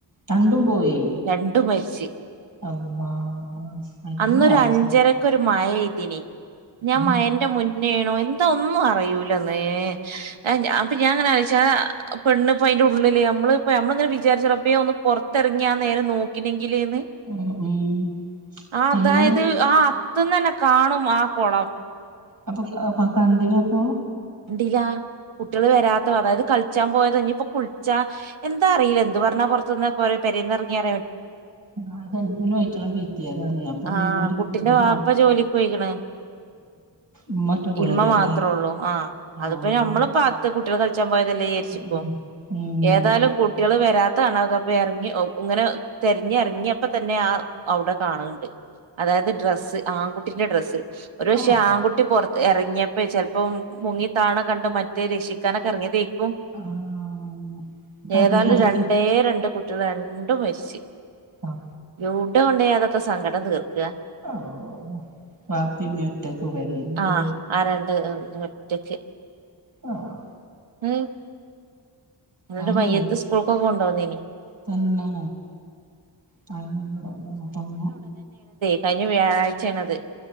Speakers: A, on the right (about 45°); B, on the right (about 90°).
A: രണ്ടും പോയി
B: രണ്ട് മരിച്ച്
A: അള്ളാ എത്ര
B: അന്നൊരു
A: വയസ്സ്
B: അഞ്ചരക്കൊരു മഴയി തിനി ഞാൻ
A: ഉം
B: മയന്റെ മുൻ നേണോ എന്താ ഒന്നും അറിയൂല്ലന്നേ അ അപ്പൊ ഞാ ഇങ്ങനെ ആലോചിച്ചു ആ പെണ്ണിപ്പ അയ്ന്റെ ഉള്ളില് നമ്മളിപ്പോ നമ്മളിങ്ങനെ വിചാരിച്ച് റബ്ബേ ഒന്ന് പൊറത്തിറങ്ങിയാ നേരം നോക്കിനെ ഇലെന്നെ
A: ഉം ഉം
B: ആ അതായത്
A: അല്ല
B: അത് നിനക് കാണും ആ കൊളം
A: അപ്പൊ പ്പ കണ്ടിനപ്പൊ
B: ഇല കുട്ടികള് വരാത്ത അതായത് കളിച്ചാൻ പോയത് ഇഞ്ഞിപ്പൊ കുളിച്ചാ എന്താ അറിയില്ല എന്ത് പറഞ്ഞാ പുറത്തുന്ന് പോ പേരെന്ന് ഇറങ്ങിയ
A: ആ അതെന്നും അയിറ്റളെ വീഴ്ത്തിയതാണെ അപ്പൊ
B: ആ
A: പിന്നെ ഒരു
B: കുട്ടിന്റെ
A: <unintelligible>
B: വാപ്പ ജോലിക്ക് പോയിക്കണ്
A: ഉമ്മ ഒറ്റക്കൊള്ളേക്കാരല്ലേ
B: ഇമ്മ മാത്രള്ളൂ ആ
A: ഉം
B: അതിപ്പോ ഞമ്മള് പത്ത് കുട്ട്യേൾ കളിച്ചാൻ പോയതല്ലേ വിചേരിച്ചിപ്പോ
A: ഉം ഉം
B: ഏതായാലും കുട്ട്യേൾ വരാത് ത്ത കാണാത്തപ്പോ എറങ്ങി ഔ ഇങ്ങന് തെരഞ്ഞിറങ്ങിയപ്പത്തന്നെ ന്നെ ആ അവുടെ കാണ് ണ്ട് അതായത് ഡ്രസ്സ് ആഹ് <unintelligible> ഡ്രസ്സ് ഒര് പക്ഷേ
A: ആഹ്
B: ആൺകുട്ടി പോർ എർങ്ങിയപ്പോ ചെൽപ്പം മുങ്ങി ട്ടാണ കണ്ട് മറ്റേ രക്ഷിക്കാ <unintelligible> ഉം
A: ആഹ് ന്നിട്ട്
B: ഏതായാലും
A: അടീ കെടക്കെ
B: രണ്ടേ രണ്ട് കു രണ്ടും മര്ച്ച്
A: ആഹ്
B: എവ്ടെ കൊണ്ടോയാ അതൊക്കെ സങ്കടം തീർക്ക
A: ഓ <unintelligible>
B: ആഹ് <unintelligible> ഒറ്റക്ക്
A: ആഹ്
B: ഉം ന്ന്ട്ട്
A: അല്ലേ
B: മയ്യേത്ത് സ്കൂൾക്കൊക്കെ കോണ്ടോ ന്ത്‌ന്
A: തന്നെ <unintelligible> അപ്പം
B: കയ്ഞ്ഞ വ്യാഴാഴ്ച്ചേണത്